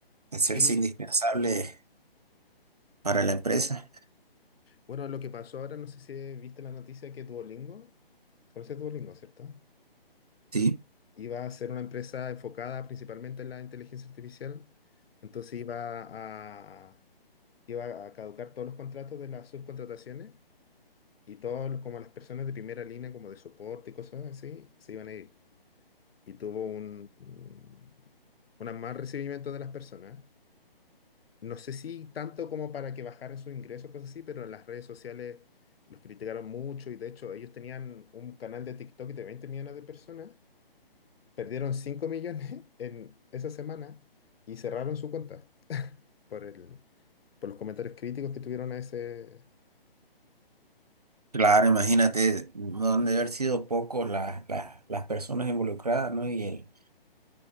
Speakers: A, on the right; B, on the left.
A: Hacerse
B: sí.
A: indispensable para la empresa.
B: Bueno, lo que pasó ahora, no sé si viste la noticia que Duolingo, conoces Duolingo, ¿cierto?
A: Sí,
B: Iba a ser una empresa enfocada principalmente en la inteligencia artificial, entonces iba a, iba a caducar todos los contratos de las subcontrataciones Y todos, como las personas de primera línea, como de soporte y cosas así, se iban a ir. Y tuvo un, un un mal recibimiento de las personas. No sé si tanto como para que bajaran sus ingresos, cosas así, pero en las redes sociales los criticaron mucho y de hecho ellos tenían un canal de TikTok de 20 millones de personas, perdieron 5 millones <laughs> en esa semana y cerraron su cuenta por el, por los comentarios críticos que tuvieron a ese...
A: claro, imagínate, no han de haber sido pocos las, las, las personas involucradas, ¿no? Y el,